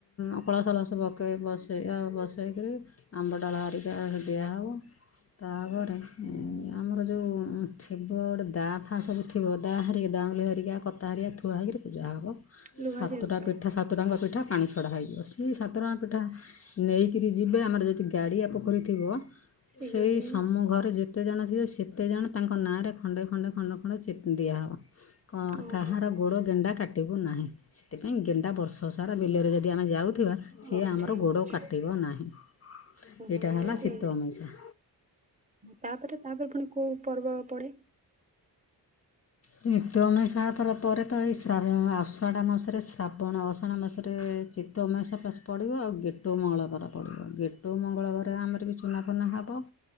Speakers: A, on the left; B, on the right.
A: ଅକଳସଳସ ପକେଇ ବସ ସେଇଆ ବାସେଦେଇ ଆମ୍ବ ଡାଳ ହାରିକା ଦିଆହେବ ତାପରେ ଉଁ ଆମର ଯୋଉ <unintelligible> ଥିବ ଗୋଟେ ଦାଆ ଫାଁ ସବୁ ଥିବ ଦାଆ ହରିକି ଦାଉଲି ହରିକା କତା ହରିକା ଥୁଆ ହୋଇଇକରି ପୂଜା ହେବ
B: ଲୁହା
A: ସାତଟା
B: ଜିନିଷ।
A: ପିଠା ସାତଟାଙ୍କ ପିଠା ପାଣି ଛଡ଼ା ହୋଇଯିବ ସେଇ ସାତ ଟଙ୍କା ପିଠା ନେଇକରି ଯିବେ ଆମର ଯଦି ଗାଡ଼ିଆ ପୋଖରୀ ଥିବ
B: ଠିକ
A: ସେଇ
B: ଅଛି।
A: ସମୁ ଘରେ ଯେତେଜଣ ଥିବେ ସେତେ ଜଣ ତାଙ୍କ ନାଁରେ ଖଣ୍ଡେ ଖଣ୍ଡେ ଖଣ୍ଡେ ଖଣ୍ଡେ ଖଣ୍ଡେ ଚି ଦିଆ ହେବ। ହଁ
B: ଓହୋ।
A: କାହାର ଗୋଡ ଗେଣ୍ଡା କାଟିବୁ ନାହିଁ। ସେଥିପାଇଁ ଗେଣ୍ଡା ବର୍ଷସାରା ବିଲରେ ଯଦି ଆମେ ଯାଉଥିବା ସିଏ
B: ଓ
A: ଆମର
B: ଠିକ
A: ଗୋଡ଼
B: ଅଛି।
A: କାଟିବ ନାହିଁ।
B: ଓହୋ
A: ଏଇଟା
B: ଏନ୍ତି।
A: ହେଲା ଶୀତ ଅମାଇସା
B: ତାପରେ ତାପରେ ପୁଣି କୋଉ ପର୍ବ ପଡେ?
A: ଚିତଉଅମାସା ପରେ ତ ଏଇ ଶାବ ଅଷାଢ଼ ମାସରେ ଶ୍ରାବଣ ଅଷାଢ଼ ମାସରେ ଚିତଉଅମାସା ପଡ଼ିବ। ଆଉ ଗେଟୋଉ ମଙ୍ଗଳବାର ପଡ଼ିବ। ଗେଟଉ ମଙ୍ଗଳବାର ଆମର ବି ଚୁନାଫୁନା ହେବ।